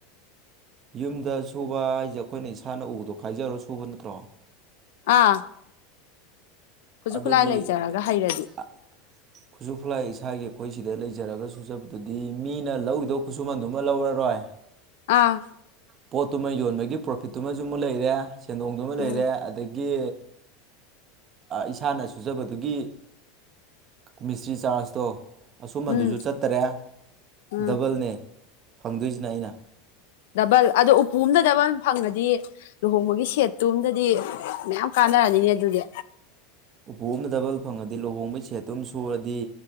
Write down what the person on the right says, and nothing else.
ꯌꯨꯝꯗ ꯁꯨꯕ ꯍꯥꯏꯁꯦ ꯑꯩꯈꯣꯏꯅ ꯏꯁꯥꯅ ꯎꯗꯣ ꯈꯥꯏꯖꯔꯣ ꯁꯨꯕ ꯅꯠꯇ꯭ꯔꯣ
ꯑꯗꯨꯗꯤ
ꯑ ꯈꯨꯠꯁꯨ ꯈꯨꯠꯂꯥꯏ ꯏꯁꯥꯒꯤ ꯑꯩꯈꯣꯏ ꯁꯤꯗ ꯂꯩꯖꯔꯒ ꯁꯨꯖꯕꯗꯨꯗꯤ ꯃꯤꯅ ꯂꯧꯈꯤꯗꯧ ꯈꯨꯠꯁꯨꯃꯟꯗꯨꯃ ꯂꯧꯔꯔꯣꯏ <unintelligible>
ꯄꯣꯠꯇꯨꯃ ꯌꯣꯟꯕꯒꯤ ꯄ꯭ꯔꯣꯐꯤꯠꯇꯨꯃꯁꯨ ꯃꯁꯨ ꯂꯩꯔꯦ ꯁꯦꯟꯗꯣꯡꯗꯨꯃꯁꯨ ꯂꯩꯔꯦ
ꯑꯗꯒꯤ ꯏꯁꯥꯅ ꯁꯨꯖꯕꯗꯨꯒꯤ ꯃꯤꯁꯇ꯭ꯔꯤ ꯆꯥꯔꯖꯇꯣ ꯈꯨꯁꯨꯃꯟꯗꯨꯁꯨ
ꯆꯠꯇꯔꯦ
ꯗꯕꯜꯅꯦ ꯐꯪꯗꯣꯏꯁꯤꯅ ꯑꯩꯅ
ꯎꯄꯨ ꯑꯃꯗ ꯗꯕꯜ ꯐꯪꯉꯗꯤ ꯂꯨꯍꯣꯡꯕꯩ ꯁꯦꯠꯇꯨ ꯑꯃ ꯁꯨꯔꯗꯤ